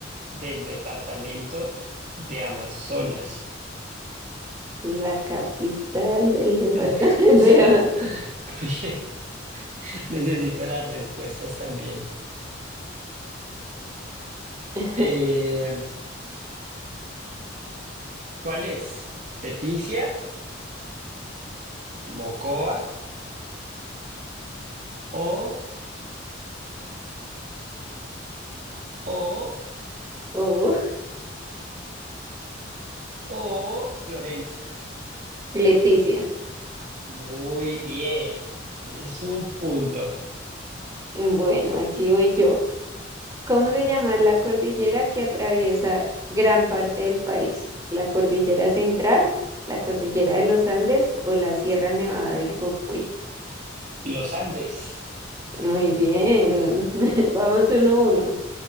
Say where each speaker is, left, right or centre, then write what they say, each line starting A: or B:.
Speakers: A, on the right; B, on the right.
A: del departamento de Amazonas?
B: La capital del departamento
A: <laughs> Espera,
B: de Amazon.
A: porque <laughs> necesito las respuestas también.
B: <laughs>
A: Eh, ¿cuál es? ¿Leticia, Mocoa o, o,
B: Oh,
A: o Florencia?
B: Leticia.
A: Muy bien. Tienes un punto.
B: Bueno, aquí voy yo. ¿Cómo se llama la cordillera que atraviesa gran parte del país? ¿La cordillera central, la cordillera de los Andes o la Sierra Nevada del Cocuy?
A: Los Andes.
B: Muy bien. <laughs> Vamos uno a uno.